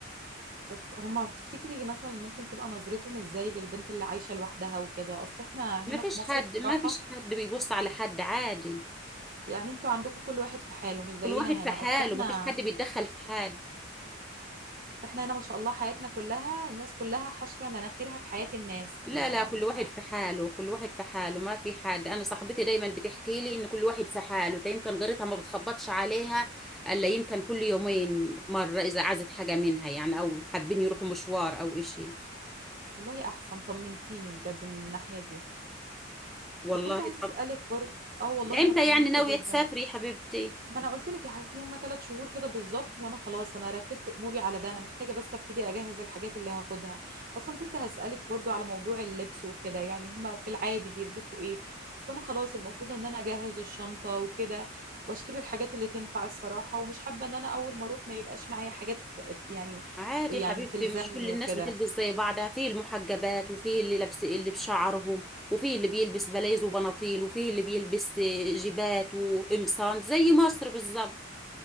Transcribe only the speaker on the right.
طب هما تفتكري مثلا ممكن تبقى نظرتهم ازاي للبنت اللي عايشه لوحدها وكده اصل احنا
هنا
في مصر
الصراحه
يعني انتوا عندكم كل واحد في حاله مش زينا
هنا
اصل احنا
بس احنا هنا ما شاء الله حياتنا كلها الناس كلها حشرة مناخيرها في حياة الناس
يعني
ف
والله احسن طمنتيني بجد من الناحية دي
طب كنت عايزة اسألك
برضه اه والله
انا اطمنت
جدا
ما انا قلت لك يا حبيبتي هما ثلاث شهور كده بالظبط وانا خلاص انا رتبت اموري على ده انا محتاجه بس ابتدي اجهز الحاجات اللي هاخدها اصلا كنت هسالك برضو على موضوع اللبس وكده يعني هما في العادي بيلبسوا ايه اصلا انا خلاص المفروض ان انا اجهز الشنطه وكده واشتري الحاجات اللي تنفع الصراحه ومش حابه ان انا اول ما اروح ما يبقاش معايا حاجات يعني
يعني
تلزمني
وكده